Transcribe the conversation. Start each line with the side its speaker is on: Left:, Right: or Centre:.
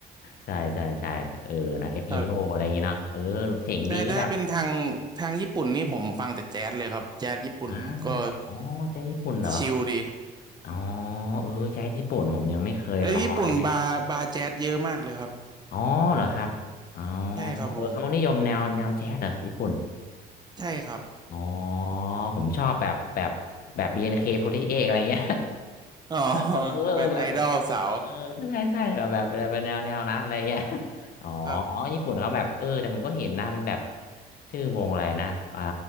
Left: ใช่ใช่ใช่เออนะเอฟฮีโร่อะไรอย่างเงี้เนาะเออเจ๋งดีก็แบบ
Right: ครับแต่ถ้าเป็นทางทางญี่ปุ่นนี่ผมฟังแต่แจ๊สเลยครับแจ๊สญี่ปุ่นก็
Left: อ่าอ๋อใจญี่ปุ่นเหรอ
Right: ชิลดี
Left: อ๋อเออใจญี่ปุ่นผมยังไม่เคยลองเลยฮะ
Right: เออญี่ปุ่นบาร์บาร์แจ๊สเยอะมากเลยครับ
Left: อ๋อเหรอครับอ๋อ
Right: ใช่ครับผม
Left: เออเขานิยมแนวแนวแจ๊สเหรอญี่ปุ่น
Right: ใช่ครับ
Left: อ๋อผมชอบแบบแบบแบบบี n เคโฟร์ตี้เอ8อะไรเงี้ย
Right: อ๋อ
Left: เออ
Right: แบบไอดอลสาว
Left: แบบเออเออใช่ใช่แบบแบบเป็นแนวแนวนั้นอะไรเงี้ยอ๋ออ๋อญี่ปุ่นเขาแบบเออแต่ผมก็เห็นนะมันแบบ
Right: ครับ
Left: ชื่อวงอะไรนะอ่า